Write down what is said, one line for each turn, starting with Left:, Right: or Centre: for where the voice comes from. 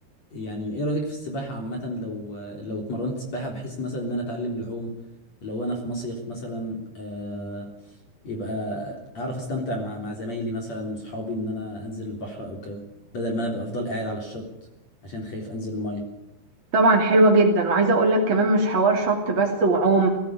Left: يعني ايه رأيك في السباحة عامة لو لو اتمرنت سباحة بحيث مثلا ان انا اتعلم العوم لو انا في مصيف مثلا آه يبقى اعرف استمتع مع مع زمايلي مثلا وصحابي ان انا انزل البحر او كده بدل ما انا ابقى افضل قاعد على الشط عشان خايف انزل المية
Right: طبعا حلوه جدا وعايزه اقول لك كمان مش حوار شط بس وعوم